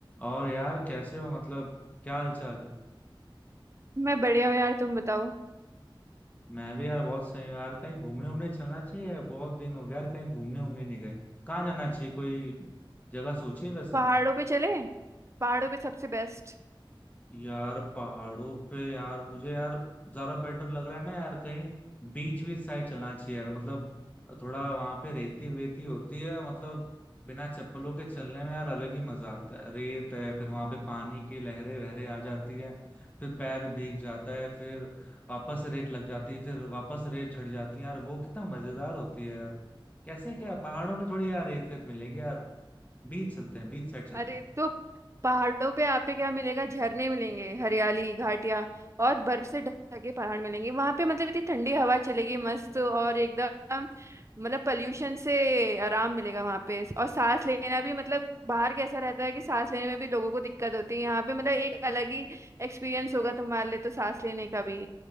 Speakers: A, on the left (about 20°); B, on the right (about 30°).
A: और यार कैसे हो मतलब क्या हाल चाल है
B: मैं बढ़िया हूँ यार तुम बताओ
A: मैं भी यार बहुत सही हूँ यार कहीं घूमने उमने चलना चाहिए बहुत दिन हो गया यार कहीं घूमने उमने नहीं गए कहाँ जाना चाहिए कोई जगह सोची है वैसे
B: पहाड़ों पे चले पहाड़ों पे सबसे बेस्ट
A: यार पहाड़ों पे यार मुझे यार ज्यादा बेटर लग रहा है ना यार कहीं बीच बीच साइड चलना चाहिए यार मतलब थोड़ा वहां पे रेती वेती होती है मतलब बिना चप्पलों के चलने में यार अलग ही मजा आता है रेत है फिर वहां पे पानी की लहरें वहरे आ जाती है फिर पैर भीग जाता है फिर वापस रेत लग जाती है फिर वापस रेत झड़ जाती है यार वो कितना मजेदार होती है यार कैसे क्या पहाड़ों में थोड़ी यार रेत वेत मिलेगी यार बीच चलते हैं बीच साइड चलते
B: अरे
A: हैं
B: तो पहाड़ों पे आप पे क्या मिलेगा झरने मिलेंगे हरियाली घाटियां और बर्फ से ढके पहाड़ मिलेंगे वहां पे मतलब इतनी ठंडी हवा चलेगी मस्त और एकदम मतलब पॉल्यूशन से आराम मिलेगा वहां पे और सांस लेना भी मतलब बाहर कैसा रहता है कि सांस लेने में भी लोगों को दिक्कत होती है यहाँ पे मतलब एक अलग ही एक्सपीरियंस होगा तुम्हारे लिए तो सांस लेने का भी